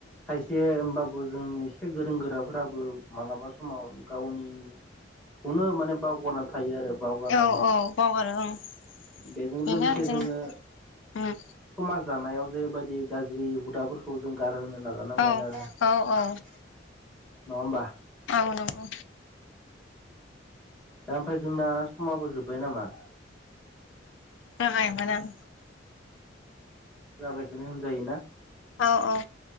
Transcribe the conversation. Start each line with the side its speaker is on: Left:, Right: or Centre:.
Centre: खायसे होमबा बो जोंनि एसे गोरों गोराफोराबो मालाबा समाव गावनि खौनो माने बावगारनानै थायो आरो। बावगारनानै
Left: औ औ बावगारो ओं
Centre: बेजों
Left: बेनो
Centre: लोगोसे
Left: आरो जों
Centre: जोङो
Left: उम
Centre: समाज दानायाव जेरैबायदि गाज्रि हुदाफोरखौ जों गारहोनो नाजानांगोन
Left: औ
Centre: आरो
Left: औ औ
Centre: <unintelligible> नङा होमबा?
Left: औ नंगौ।
Centre: दा ओमफ्राय जोंना समाबो जोब्बाय नामा?
Left: जाबायमोन ओं।
Centre: जाबायखोनो होनजायोना?
Left: औ औ